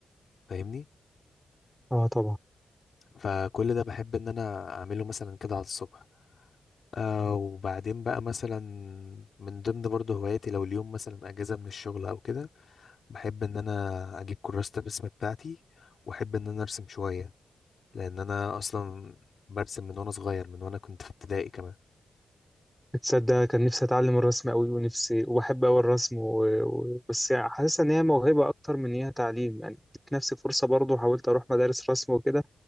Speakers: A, on the left (about 55°); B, in the centre.
A: فاهمني
B: اه طبعا
A: فكل ده بحب ان انا اعمله مثلا كده على الصبح آه وبعدين بقى مثلا من ضمن برضه هواياتي لو اليوم مثلا اجازة من الشغل او كده بحب ان انا اجيب كراسة الرسم بتاعتي واحب ان انا ارسم شوية لان انا اصلا برسم من وانا صغير من وانا كنت في ابتدائي كمان
B: تصدق كان نفسي اتعلم الرسم قوي ونفسي وبحب قوي الرسم و... و... بس حاسس ان هي موهبه اكتر من هي تعليم يعني اديت نفسي فرصه برضو حاولت اروح مدارس رسم وكده